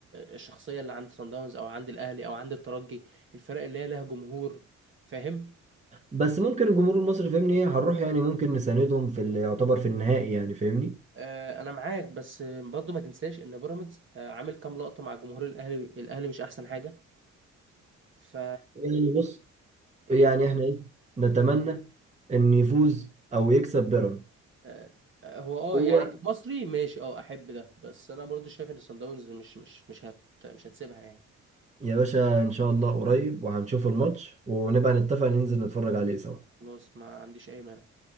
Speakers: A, on the right; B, on the right.
A: الشخصية اللي عند صن داونز او عند الاهلي او عند الترجي الفرق اللي هي لها جمهور فاهم
B: بس ممكن الجمهور المصري فاهمني ايه هنروح يعني ممكن نساندهم في اللي يعتبر في النهائي يعني فاهمني
A: آه، انا معاك بس آه، برضو ما تنساش ان بيراميدز آه، عامل كام لقطة مع جمهور الاهلي الاهلي مش احسن حاجة ف
B: يعني بص
A: إيه.
B: يعني احنا ايه نتمنى ان يفوز او يكسب بيراميدز
A: آه، هو اه
B: هو
A: يعني مصري ماشي اه احب ده بس انا برضو شايف ان صن داونز مش مش مش هت مش هتسيبها يعني
B: يا باشا ان شاء الله قريب وهنشوف الماتش ونبقى نتفق ننزل نتفرج عليه سوا
A: خلاص ما عنديش اي مانع